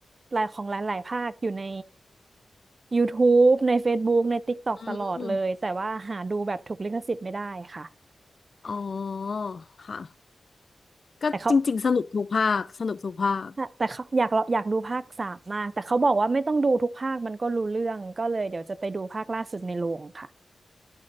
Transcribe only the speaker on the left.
อืมอ๋อค่ะก็จริงๆสนุกทุกภาคสนุกทุกภาค